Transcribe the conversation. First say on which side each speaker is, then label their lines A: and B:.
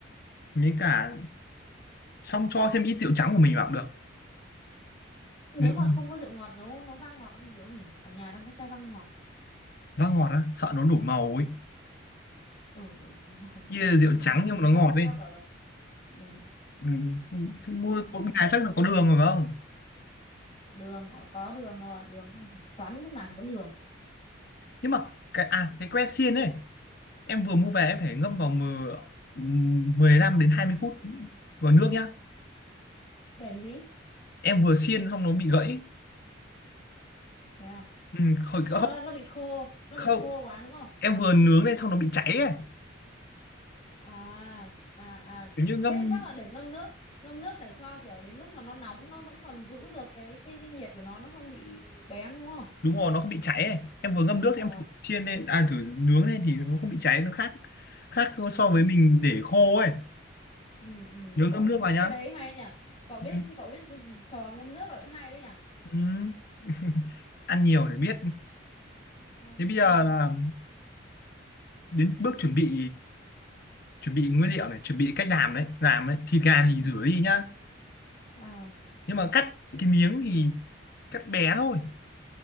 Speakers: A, on the left; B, on the left.
A: mấy cả xong cho thêm ít rượu trắng của mình vào cũng được
B: nếu
A: rượu
B: mà không có rượu ngọt nấu nấu vang ngọt không được không nhỉ ở nhà đang có chai vang ngọt
A: vang ngọt á sợ nó đổi màu ấy
B: ừ ừ, đúng rồi
A: kia
B: <laughs>
A: là rượu
B: vang ngọt
A: trắng
B: ở nhà
A: nhưng mà nó
B: nó
A: ngọt
B: nó
A: ấy
B: đỏ đỏ ừ.
A: ừ. không- thế mua
B: ok
A: có nhà chắc là có đường rồi phải không
B: đường có có đường rồi đường không phải xoắn lúc nào chả có đường
A: nhưng mà cái à cái que xiên ấy em vừa mua về em phải ngâm vào mười- ừ, 15 đến 20 phút vào nước nhá
B: để làm gì
A: em vừa xiên xong nó bị gãy
B: thế à
A: ừ, khỏi
B: tức là
A: không
B: nó nó bị khô nó
A: không
B: bị khô quá đúng không
A: em vừa nướng lên xong nó bị cháy ấy
B: à à à
A: kiểu như ngâm
B: thế thì chắc là để ngâm nước ngâm nước để cho kiểu đến lúc mà nó nóng nó vẫn còn giữ được cái cái cái nhiệt của nó nó không bị bén đúng không
A: đúng rồi nó không bị cháy ấy em vừa ngâm nước
B: ờ
A: em thử chiên lên à thử nướng lên thì nó không bị cháy nó khác khác so
B: ờ
A: với mình để khô ấy
B: ừ ừ
A: nhớ
B: được rồi
A: ngâm nước vào nhá
B: cái đấy hay nhỉ cậu biết
A: ừ.
B: cậu biết trò ngâm nước là cái hay đấy nhỉ
A: Ừ. <laughs> ăn nhiều để biết
B: ok
A: thế bây giờ là đến bước chuẩn bị chuẩn bị nguyên liệu này chuẩn bị cách làm đấy làm đấy thịt gà
B: ừ
A: thì rửa đi nhá
B: ờ
A: nhưng mà cắt cái miếng thì cắt bé thôi